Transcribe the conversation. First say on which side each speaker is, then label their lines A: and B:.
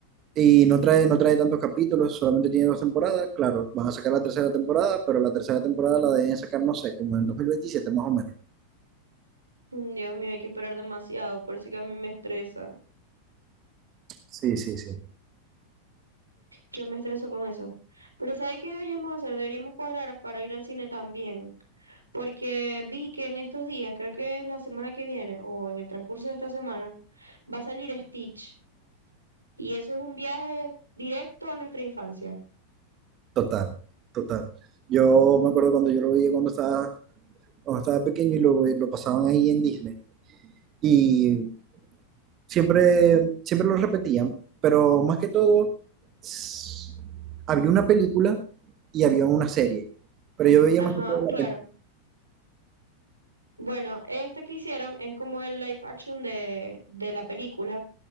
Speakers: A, on the right (about 30°); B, on the right (about 85°).
A: Y no trae, no trae tantos capítulos, solamente tiene dos temporadas. Claro, van a sacar la tercera temporada, pero la tercera temporada la deben sacar, no sé, como en 2027 más o menos.
B: Mm, Dios mío, hay que esperar demasiado, por eso que a mí me estresa.
A: Sí, sí, sí.
B: Yo me estreso con eso. Pero ¿sabes qué deberíamos hacer? Deberíamos cuadrar para ir al cine también. Porque vi que en estos días, creo que es la semana que viene o en el transcurso de esta semana, va a salir Stitch. Y eso es un viaje directo a nuestra infancia.
A: Total, total. Yo me acuerdo cuando yo lo veía cuando estaba, cuando estaba pequeño y lo, lo pasaban ahí en Disney. Y Siempre, siempre lo repetían, pero más que todo, s- había una película y había una serie, pero yo veía
B: Ajá,
A: más que todo la
B: claro.
A: película.
B: Bueno, este que hicieron es como el live action de, de la película.